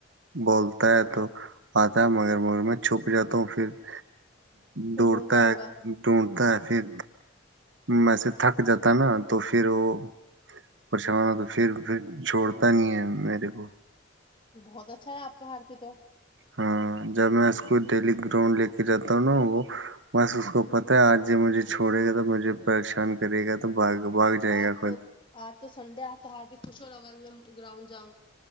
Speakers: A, on the right; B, on the left.
A: بولتا ہے تو <inaudible> مگر مگر میں چھپ جاتا ہوں پھر <inaudible>
B: پھر
A: دوڑتا
B: ڈھونڈتا ہوگا
A: ہے دووڑتا ہے پھر وسے تھک جاتا نا تو پھر وہ پریشان ہو تو پھر پھر چھوڑتا نہیں ہے میرے کو
B: بہت اچھا ہے آپ کا ہار پ تو
A: ہاں جب میں اس کو ڈیلی گراؤنڈ لے کے جاتا ہوں نا وہ بس اس کو پتہ ہے آج یہ مجھے چھوڑے گا تو مجھے پریشان کرے گا تو بھاگ بھاگ جائے
B: آج
A: گا خود
B: تو آج تو سنڈے آ تو ہار بھی خوش ہو رہا میں گراؤنڈ جاں